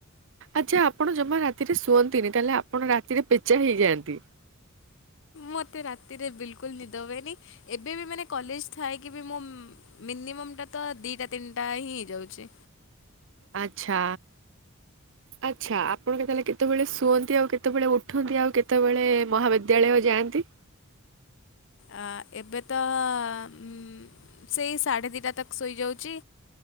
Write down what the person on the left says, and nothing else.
ମତେ ରାତିରେ ବିଲକୁଲ ନିଦ ହୁଏନି। ଏବେ ବି ମାନେ କଲେଜ ଥାଇକି ବି ମୁଁ ମିନି ମମ ଟା ତ ଦିଟା ତିନିଟା ହିଁ ହେଇଯାଉଚି।
ଆ ଏବେ ତ ଉଁ ସେଇ ସାଢ଼େ ଦିଟା ତକ ଶୋଇଯାଉଚି।